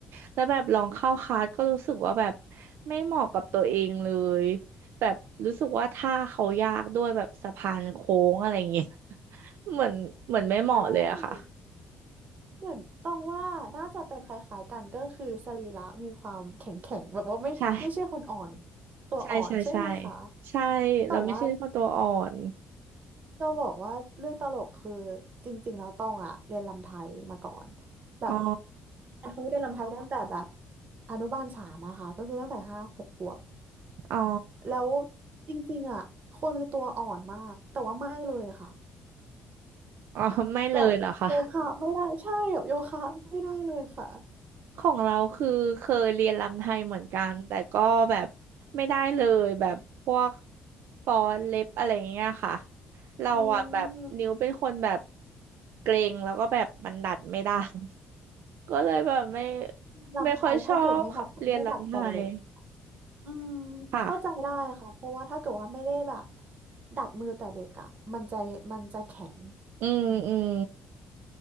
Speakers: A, on the right (about 70°); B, on the right (about 40°).
A: แล้วแบบลองเข้าคลาสก็รู้สึกว่าแบบไม่เหมาะกับตัวเองเลย <laughs> แบบรู้สึกว่าท่าเขายากด้วยแบบสะพานโค้งอะไรอย่างเงี้ย <laughs> เหมือนเหมือนไม่เหมาะเลยอะค่ะ
B: ใช่เหมือนตองว่าน่าจะเป็นคล้ายๆกันก็คือสรีระมีความแข็งแข็งแบบว่าไม่ไม่ใช่คนอ่อน
A: ใช่
B: ตัวอ่อนใช่ไหมคะ
A: ใช่ใช่ใช่ใช่
B: แต่ว่า
A: เราไม่ใช่คนตัวอ่อน
B: จะบอกว่าเรื่องตลกคือจริงๆแล้วตองอะเรียนรำไทยมาก่อนแบบ
A: อ๋อ
B: เป็นคนที่เรียนรำไทยตั้งแต่แบบอนุบาลสามอะค่ะก็คือตั้งแต่ห้าหกขวบ
A: อ๋อ
B: แล้วจริงๆอะคนมันจะตัวอ่อนมากแต่ว่าไม่เลยค่ะ
A: อ๋อไม่เลยเหรอคะ
B: แบบโยคะไม่ได้ใช่แบบโยคะไม่ได้เลยค่ะ
A: ของเราคือเคยเรียนรำไทยเหมือนกันแต่ก็แบบไม่ได้เลยแบบพวกฟ้อนเล็บอะไรอย่างเงี้ยค่ะเราอ่ะแบบนิ้วเป็นคนแบบ
B: อืม
A: เกรงแล้วก็แบบมันดัดไม่ได้ <laughs> ก็เลยแบบไม่
B: รำไทยถ้าเกิดไม่ดัดไม่ดัดแต่เล็ก
A: ไม่ค่อยชอบเรียนรำไทย
B: อืม
A: ค่ะ
B: เข้าใจได้ค่ะเพราะว่าถ้าเกิดว่าไม่ได้แบบดัดมือแต่เด็กอ่ะมันจะมันจะแข็ง
A: อืมอืม